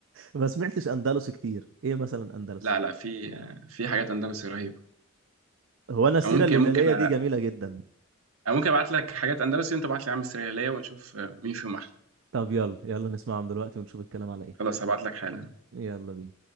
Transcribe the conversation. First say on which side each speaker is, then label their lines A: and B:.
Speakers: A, on the right (about 60°); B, on the right (about 80°).
A: ما سمعتش اندلسي كتير ايه مثلا اندلسي
B: لا لا في آه، في حاجات اندلسي رهيبه
A: هو انا السيره
B: أو ممكن
A: الهلاليه
B: ممكن
A: دي جميله جدا
B: انا ممكن ابعت لك حاجات اندلسي وانت ابعت لي يا عم السرياليه ونشوف آه، مين فيهم احلى
A: طب يلا يلا نسمعهم دلوقتي ونشوف الكلام على ايه
B: خلاص هبعت لك حالا
A: يلا بينا